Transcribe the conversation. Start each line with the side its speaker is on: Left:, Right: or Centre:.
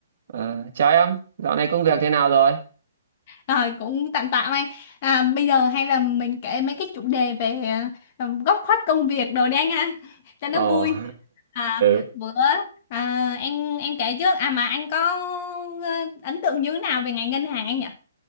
Right: Ờ, chào em, dạo này công việc thế nào rồi?
Left: Rồi cũng tạm tạm anh à, bây giờ hay là mình kể mấy cái chủ đề về à, góc khuất công việc đồ đi anh ha <laughs> cho
Right: Ồ,
Left: nó vui
Right: <laughs>
Left: à,
Right: ừ.
Left: bữa à, em em kể trước à mà anh có ờ, ấn tượng như thế nào về ngành ngân hàng anh nhỉ